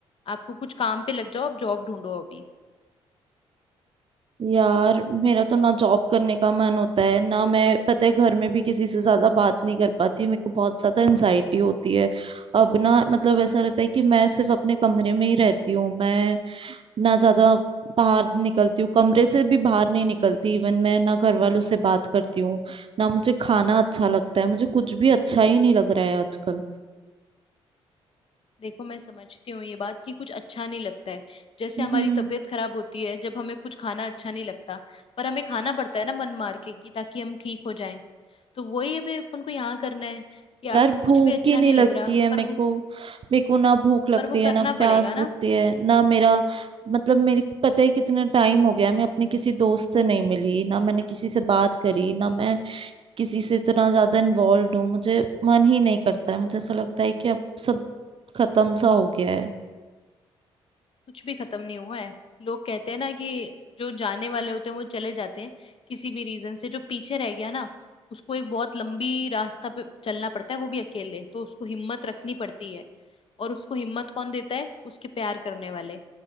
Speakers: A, on the left; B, on the right.
A: आपको कुछ काम पे लग जाओ आप जॉब ढूंढो अभी
B: यार मेरा तो ना जॉब करने का मन होता है ना मैं पता है घर में भी किसी से ज्यादा बात नहीं कर पाती मेरे को बहुत ज्यादा एनजाइटी होती है अब ना मतलब ऐसा रहता है कि मैं सिर्फ अपने कमरे में ही रहती हूँ मैं ना ज्यादा बाहर निकलती हूँ कमरे से भी बाहर नहीं निकलती इवन मैं ना घर वालों से बात करती हूँ ना मुझे खाना अच्छा लगता है मुझे कुछ भी अच्छा ही नहीं लग रहा है आजकल
A: देखो मैं समझती हूँ ये बात कि कुछ अच्छा नहीं लगता है जैसे हमारी
B: हम्म
A: तबीयत खराब होती है जब हमें कुछ खाना अच्छा नहीं लगता पर हमें खाना पड़ता है ना मन मार के कि ताकि हम ठीक हो जाएं तो वही अभी अपन को यहाँ करना है कि
B: यार
A: आपको कुछ
B: भूख
A: भी अच्छा
B: ही नहीं
A: नहीं
B: लगती
A: लग रहा
B: है मेरे
A: पर वो
B: को मेरे को ना भूख लगती
A: पर वो
B: है
A: करना
B: ना प्यास
A: पड़ेगा ना
B: लगती है ना मेरा मतलब मेरे को पता है कितना टाइम हो गया है, मैं अपने किसी दोस्त से नहीं मिली ना मैंने किसी से बात करी ना मैं किसी से इतना ज्यादा इन्वॉल्व हूँ मुझे मन ही नहीं करता है मुझे ऐसा लगता है कि अब सब खत्म सा हो गया है
A: कुछ भी खत्म नहीं हुआ है लोग कहते हैं ना कि जो जाने वाले होते हैं वो चले जाते हैं किसी भी रीजन से जो पीछे रह गया ना उसको एक बहुत लंबी रास्ता पे चलना पड़ता है वो भी अकेले तो उसको हिम्मत रखनी पड़ती है और उसको हिम्मत कौन देता है उसके प्यार करने वाले